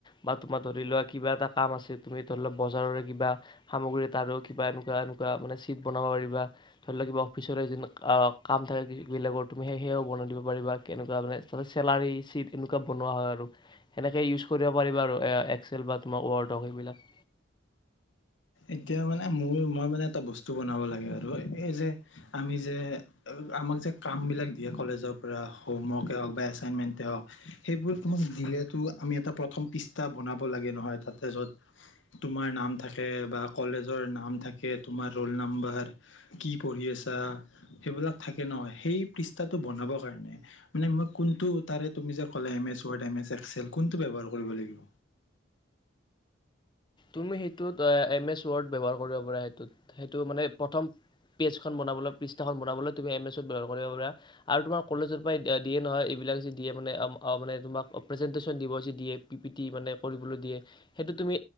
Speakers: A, on the left (about 25°); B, on the left (about 80°).
A: বা তোমাৰ ধৰি লোৱা কিবা এটা কাম আছে তুমি ধৰি লোৱা বজাৰৰে কিবা সামগ্ৰী তাৰ কিবা এনেকুৱা এনেকুৱা মান চিট বনাব পাৰিবা ধৰি লোৱা কিবা অফিচৰে কাম থাকে যিবিলাকৰ তুমি সেই সেয়াও বনাই দিব পাৰিবা কেনেকুৱা মানে তাতে চেলাৰী চিট এনেকুৱা বনোৱা হয় আৰু সেনেকৈ ইউজ কৰিব পাৰিবা আৰু এক্সেল বা তোমাৰ ৱৰ্ডক সেইবিলাক
B: এতিয়া মানে মোৰ মই মানে এটা বস্তু বনাব লাগে আৰু এই যে আমি যে আমাক যে কাম বিলাক দিয়ে কলেজৰ পৰা হোমৱৰ্কে হওঁক বা এচাইনমেন্ট হওঁক সেইবোৰ তোমাক দিলেতো আমি এটা প্ৰথম পৃষ্ঠা বনাব লাগে নহয় তাতে য'ত তোমাৰ নাম থাকে বা কলেজৰ নাম থাকে তোমাৰ ৰোল নাম্বাৰ কি পঢ়ি আছা সেইবিলাক থাকে ন সেই পৃষ্ঠটো বনাব কাৰণে মানে মই কোনটো তাৰে তুমি যে কলে M S Word M S Excel কোনটো ব্যৱহাৰ কৰিব লাগিব
A: তুমি সেইটোত এম এছ ৱৰ্ড ব্যৱহাৰ কৰিব পাৰা সেইটোত সেইটো মানে প্ৰথম পেজখন বনাবলৈ পৃষ্ঠাখন বনাবলৈ তুমি এম এছ ৱৰ্ড ব্যৱহাৰ কৰিব পাৰা আৰু তোমাৰ কলেজৰ পৰা দিয়ে নহয় এইবিলাক যে দিয়ে মানে অ মানে তোমাক প্ৰেজেন্টটেচন দিবে দিয়ে পি পি টি মানে কৰিবলৈ দিয়ে সেইটো তুমি